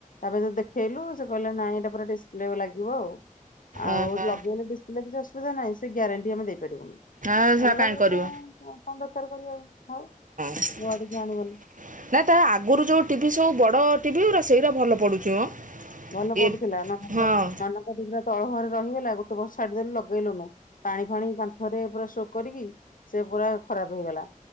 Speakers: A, on the left; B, on the right.
A: ତାପରେ ଯଦି ଦେଖେଇଲୁ ସେ କହିଲେ ନାଇଁ ଏଟା ପୁରା ଡିସପ୍ଲେ ଲାଗିବ ଆଉ। ଆଉ
B: ଓହୋ।
A: ଲଗେଇଲେ ବେସିଥିଲେ କିଛି ଅସୁବିଧା ନାହିଁ। ସେ ଗ୍ୟାରେଣ୍ଟି ଆମେ ଦେ ପାରିବୁନୁ
B: ହଁ
A: ଆମେ
B: ସେ କାହିଁ
A: ତାହାଲେ
B: କରିବ
A: <unintelligible> କଣ ଦରକାର କରିବ ଆଉ ଥାଉ।
B: <inaudible> ନାଇଁ
A: ନୂଆଟେ କିଣ ଆଣିବନି।
B: ତା ଆଗରୁ ଯୋଉ ଟିଭି ସବୁ ବଡ ଟିଭି ଉରା ସେଇରା ଭଲ ପଡୁଚି ମ।
A: ଭଲ ପଡୁଥିଲା
B: ଏ
A: ଏନା ତାଙ୍କ
B: ହଁ
A: <unintelligible> ତଳ ଘରେ ରହିଗଲା ଗୋଟେ ବର୍ଷ ଛାଡିଦେଲେ ଲଗେଇଲୁନା ପାଣି ଫାଣି କାନ୍ଥରେ ପୁରା ଶୋ କରିକି ସେ ପୁରା ଖରାପ ହେଇଗଲା